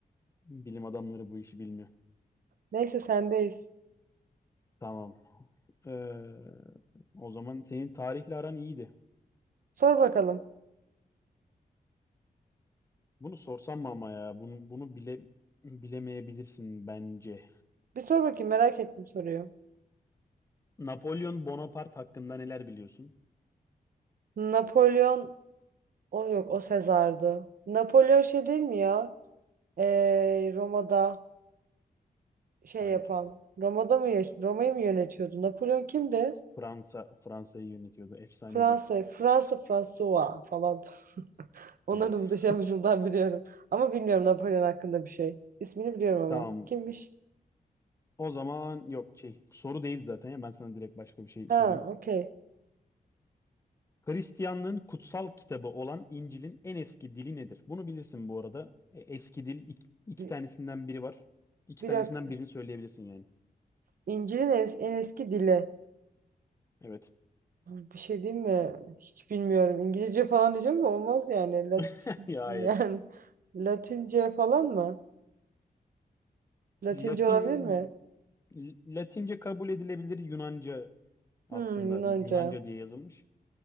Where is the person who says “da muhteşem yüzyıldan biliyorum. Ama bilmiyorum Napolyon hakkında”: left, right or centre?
Right